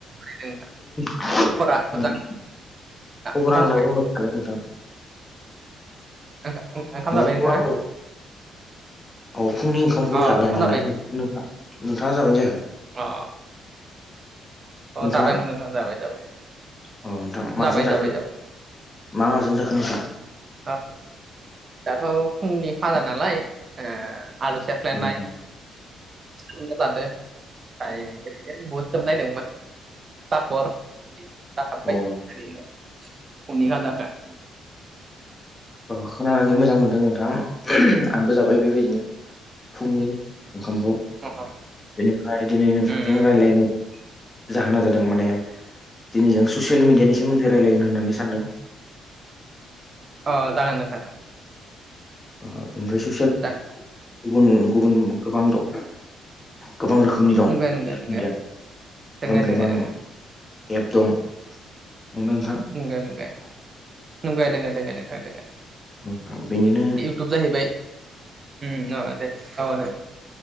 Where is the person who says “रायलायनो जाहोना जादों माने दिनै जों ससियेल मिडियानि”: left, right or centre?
Left